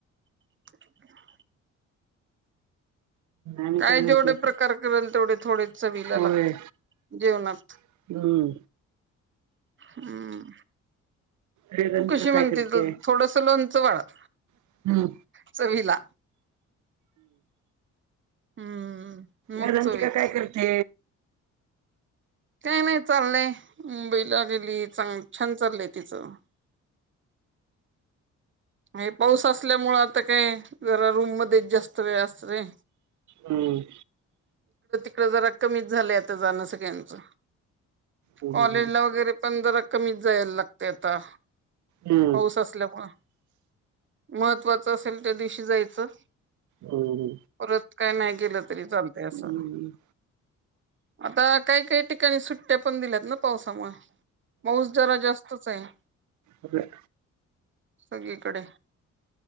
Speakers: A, on the right (about 40°); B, on the right (about 70°).
A: <inaudible>
B: आणि
A: काय
B: म्हणते
A: जेवढे प्रकार करेल तेवढेऽ चवीला
B: होय
A: लागतात, जेवनाऽ
B: हम्म
A: हम्म,
B: वेदांतिका
A: तू कशी म्हणते,
B: काय करते
A: थोडस लोनचं वाढऽऽ
B: हम्म
A: चवीला,, हम्म. मग
B: र रंतिका
A: चव येते
B: काय करते?
A: काय नाही चाललंय,, मुंबईला गेली चां, ग छान चाललंय तिचं. आणि पाऊस असल्यामुळे, आता काय जरा रूम मध्येच जास्त वेळ असतोय.
B: हम्म.
A: आता जरा कमीच झालं आता जाणं सगळ्यांचं,
B: हम्म
A: कॉलेजला वगैरे पण जरा कमीच जायला लागते आता,
B: हम्म
A: पाऊस असल्यामुळे. महत्त्वाच असेल, त्या दिवशी जायचं.
B: हम्म
A: परत काय नाही गेलं. तरी चालतय, असं.
B: हम्म
A: आता काही काही ठिकाणी सुट्ट्या पण दिल्यात ना पावसामुळे, पाऊस जरा जास्त च आहे.
B: आपल्या
A: सगळीकडे,